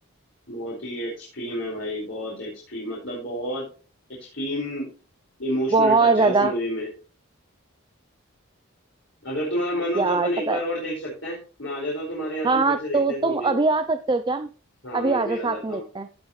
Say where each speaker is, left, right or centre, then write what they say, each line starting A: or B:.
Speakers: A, on the left; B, on the right.
A: बहुत ही एक्सट्रीम है भाई बहुत एक्सट्रीम मतलब बहुत एक्सट्रीम इमोशनल
B: बहुत
A: टच
B: ज्यादा
A: है उस मूवी में अगर तुम्हारा मन हो
B: यार
A: तो अपन एक
B: पता
A: बार और देख सकते हैं मैं आ जाता हूँ तुम्हारे यहाँ अपन
B: हाँ हाँ
A: फिर से देखते
B: तो
A: हैं इस
B: तुम
A: मूवी को
B: अभी आ सकते हो क्या
A: हाँ
B: अभी
A: मैं
B: आ
A: अभी
B: जाओ
A: आ
B: साथ
A: जाता
B: में
A: हूँ
B: देखते हैं